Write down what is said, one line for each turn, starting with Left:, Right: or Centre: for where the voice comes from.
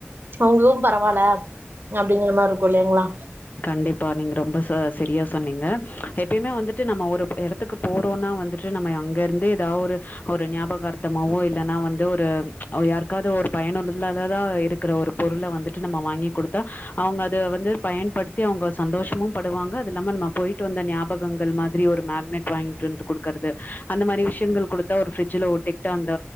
Right: அவுங்களு பரவால்ல அப்பிடிங்கிற மாரிக்கு இல்லைங்களா
Left: கண்டிப்பா நீங்க ரொம்ப ச சரியா சொன்னீங்க எப்பியுமே வந்துட்டு நம்ம ஒரு போ இடத்துக்கு போறோன்னா வந்துட்டு நம்ம அங்க இருந்து ஏதா ஒரு ஒரு ஞாபகர்த்தமாவோ இல்லன்னா வந்து ஒரு யாருக்காது ஒரு பயனுள்ளாலதா இருக்கிற ஒரு பொருள வந்துட்டு நம்ம வாங்கி குடுத்தா அவங்க அத வந்து பயன்படுத் த்தி அவங்க சந்தோஷமு படுவாங்க அது இல்லாம நம்ம போயிட்டு வந்த ஞாபகங்கள் மாதிரி ஒரு மேக்னெட் வாங்கிட்டு வந்து கொடுக்கறது அந்த மாரி விஷயங்கள் குடுத்தா ஒரு ஃப்ரிட்ஜ்ல ஒட்டிகிட்டு அந்த